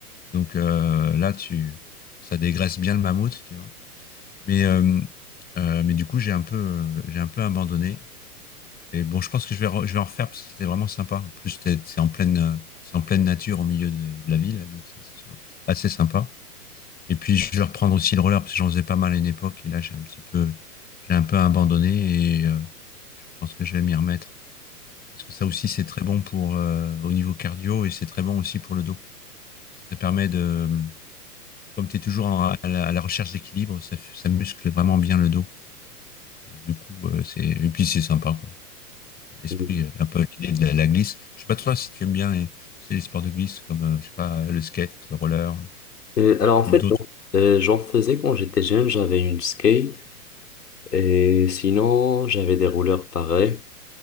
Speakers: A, on the left; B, on the left.
A: Donc euh, là, tu, ça dégraisse bien le mammouth, tu vois. Mais, euh, euh, mais du coup, j'ai un peu, euh, j'ai un peu abandonné. Et bon, je pense que je vais, re- je vais en refaire parce que c'était vraiment sympa. En plus, t'es- c'est en pleine, euh, c'est en pleine nature au milieu de, de la ville. Donc, c'est assez, sy- assez sympa. Et puis, je vais reprendre aussi le roller, parce que j'en faisais pas mal à une époque, et là, j'ai un petit peu, j'ai un peu abandonné, et euh, je pense que je vais m'y remettre. Parce que ça aussi, c'est très bon pour, euh, au niveau cardio, et c'est très bon aussi pour le dos. Ça permet de, comme tu es toujours en- à la, à la recherche d'équilibre, ça, f- ça muscle vraiment bien le dos. Et du coup, euh, c'est, et puis c'est sympa, quoi. L'esprit,
B: Mhm.
A: euh, un peu l'idée de la, la glisse. Je sais pas toi si tu aimes bien les, c'est les sports de glisse, comme, euh, je sais pas, le skate, le roller,
B: Euh, alors en fait,
A: ou d'autres.
B: j'en euh, j'en faisais quand j'étais jeune, j'avais une skate et sinon j'avais des rouleurs pareils.